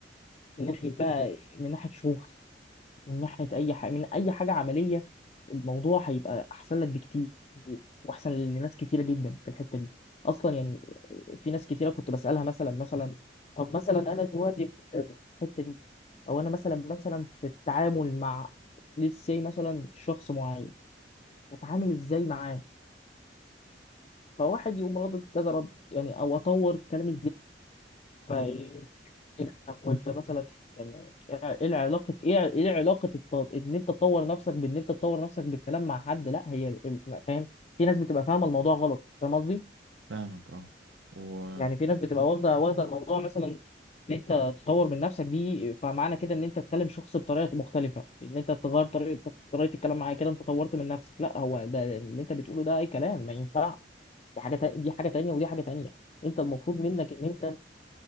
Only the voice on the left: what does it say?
من ناحيه بقى من ناحيه شغل من ناحية أي حاجة من أي حاجة عملية الموضوع هيبقى أحسن لك بكتير وأحسن لناس كتيرة جدا في الحتة دي أصلا يعني في ناس كتيرة كنت بسألها مثلا مثلا طب مثلا أنا دلوقتي في الحتة دي أو أنا مثلا مثلا في التعامل مع لسه مثلا شخص معين أتعامل إزاي معاه فواحد يقوم رد كذا رد يعني أو أطور الكلام إزاي طب انت مثلا في- يعني ايه العلاقه ايه ايه علاقه الت- ان انت تطور نفسك بان انت تطور نفسك بالكلام مع حد لا هي ال- ال- فاهم في ناس بتبقى فاهمه الموضوع غلط فاهم قصدي
يعني في ناس بتبقى واخده واخده الموضوع مثلا ان انت تطور من نفسك دي فمعنى كده ان انت تكلم شخص بطريقه مختلفه ان انت تغير طريقه طريقه الكلام معاه كده انت طورت من نفسك لا هو ده اللي انت بتقوله ده اي كلام ما ينفع دي حاجه تا- دي حاجه تانيه ودي حاجه تانيه انت المفروض منك ان انت